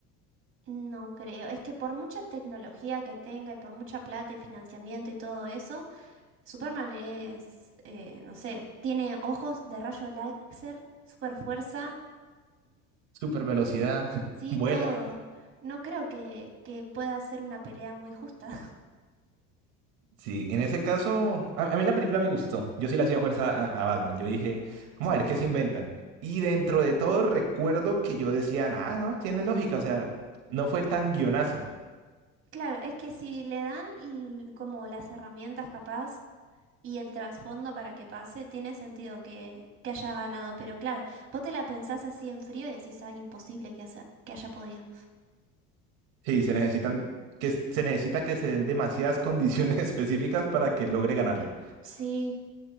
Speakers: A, on the right; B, on the right.
A: No creo, es que por mucha tecnología que tenga y por mucha plata y financiamiento y todo eso, Superman es, eh, no sé, tiene ojos de rayo láser, super fuerza.
B: Super velocidad, <laughs>
A: Sí,
B: vuela.
A: todo. No creo que, que pueda ser una pelea muy justa. <laughs>
B: Sí, en ese caso, a, a mí la película me gustó. Yo sí le hacía fuerza a, a Batman. Yo dije, vamos
A: Sí.
B: a ver qué se inventan. Y dentro de todo recuerdo que yo decía, nada, no, tiene lógica. O sea, no fue tan guionazo.
A: Claro, es que si le dan l- como las herramientas capaz y el trasfondo para que pase, tiene sentido que, que haya ganado. Pero claro, vos te la pensás así en frío y decís, ay, imposible que haya, que haya podido.
B: Sí, se necesitan que se necesita que se den demasiadas condiciones <laughs> específicas para que logre ganarle.
A: Sí.